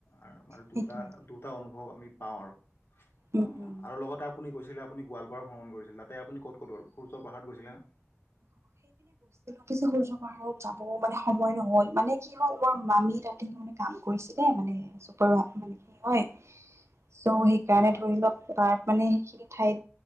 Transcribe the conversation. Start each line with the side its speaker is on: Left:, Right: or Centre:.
Left: আৰু মানে
Right: সেইটোৱে
Left: দুটা- দুটা অনুভৱ আমি পাওঁ আৰু। <inaudible>
Right: উম
Left: অহ,
Right: উম
Left: আৰু লগতে আপুনি কৈছিলে আপুনি গোৱালপাৰা ভ্ৰমণ কৰিছিল তাতে আপুনি ক'ত -ক'ত গল সূৰ্য পাহাৰত গৈছিলে নে?
Right: কিছু সূৰ্যৰ পাহাৰত যাব মানে সময় নহ'ল মানে কি হ'ল বৰ মামী তাতে মানে কাম কৰিছিলে মানে চ' মানে কি হয় চ' সেইকাৰণে
Left: হয় হয়
Right: ধৰি লক এটা মানে সেইখিনি ঠাইত